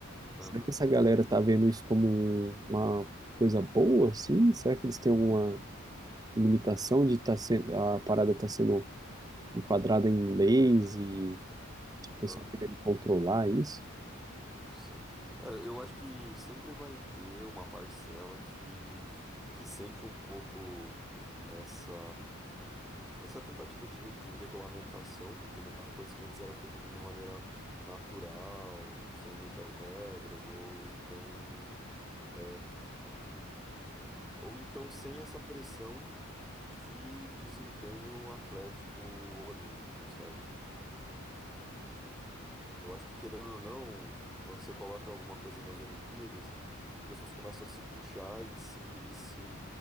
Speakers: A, in the centre; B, on the right.
A: aham,
B: Será que essa galera tá vendo isso como uma coisa boa, assim? Será que eles têm alguma limitação de tá sendo, a parada tá sendo enquadrada em leis e o pessoal
A: aham.
B: querendo controlar isso?
A: Sim. Cara, eu acho que sempre vai ter uma parcela que, que sente um pouco essa, essa tentativa de, re- de regulamentação de uma coisa que antes era feita de uma maneira natural, sem muitas regras, ou então é, Ou então sem essa pressão de desempenho atlético olímpico, sabe? Eu acho que, querendo ou não, quando você coloca alguma coisa nas Olimpíadas, as pessoas começam a se puxar e se, e se